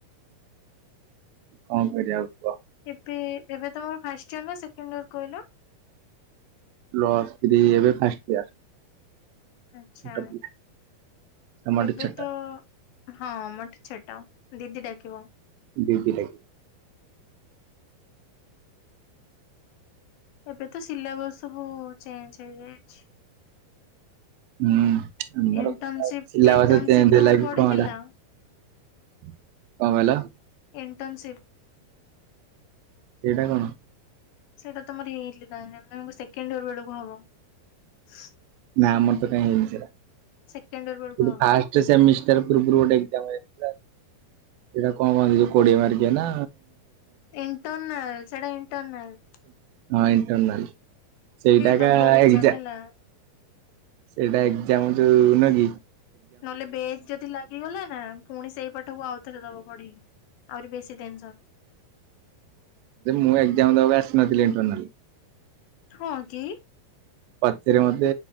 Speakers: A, on the right; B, on the left.
A: କଣ କରିବା ଆଉ କୁହ?
B: ଏବେ ଏବେ ତମର ଫାଷ୍ଟ ଇୟର ନା ସେଣ୍ଡ ଇର କହିଲ?
A: ପ୍ଲସ ଥ୍ରୀ ଏବେ ଫାର୍ଷ୍ଟ ଇୟର।
B: ଆଚ୍ଛା
A: ଛୋଟ ପିଲା ତମଠୁ
B: ଏବେ
A: ଛୋଟ
B: ତ ହଁ ମୋଠୁ ଛୋଟ ଦିଦି ଡାକିବ।
A: ଦିଦି ଡା <inaudible>
B: ଏବେ ତ ସିଲାବସ ସବୁ ଚେଞ୍ଜ ହେଇଯାଇଛି।
A: ହୁଁ ଆମର
B: ଇଣ୍ଟର୍ନସିପ
A: ସିଲାବସ
B: ଇଣ୍ଟର୍ନସିପ
A: ଚେଞ୍ଜ
B: ତମର
A: ହେଲା କି
B: ପଡିଥିଲା?
A: କଣ ହେଲା କଣ କହିଲ?
B: ଇଣ୍ଟର୍ଣ୍ନଶସିପ୍ <unintelligible>
A: ସେଇଟା କଣ?
B: ସେଇଟା ତମର ହେଇ ସେକେଣ୍ଡ ଇଅର ବେଳକୁ ହବ। <unintelligible>
A: ନା ଆମର ତ କାଇଁ ହେଇନି ସେଟା
B: ସେକେଣ୍ଡ ଇୟର ବେଳକୁ
A: କିନ୍ତୁ
B: ହବ
A: ଫାଷ୍ଟ ସେମି ପୂର୍ବରୁ ଗୋଟେ ଏଯାମ ଯାଇଥିଲା ସେଟା କଣ କହନ୍ତି ଯୋଉ କୋଡିଏ ମାରକିଆନା
B: ଇଣ୍ଟର୍ନଲ, ସେଇଟା ଇଣ୍ଟର୍ନଲ ।
A: ହଁ ଇଣ୍ଟରନାଲ୍‌, ସେଇଟାକ
B: ଦବ ଏକ୍ଜାମ
A: ଏଗଜା
B: ହେଲା।
A: ସେଇଟା ଏକ୍ଜାମ ଯୋଉ ନୁକି
B: ନହେଲେ ବେଗ ଯଦି ଲାଗିଗଲା ନା, ପୁଣି ସେଇ ପାଠକୁ ଆଉ ଥରେ ଦବ ପଢି ଆହୁରି ବେଶି ଟେନ୍‌ସନ
A: ମୁଁ ଏଜାମ ଦବାକୁ ଆସିନଥିଲି ଇଣ୍ଟରନାଲ ।
B: ହଁ କି
A: ପଛରେ ମତେ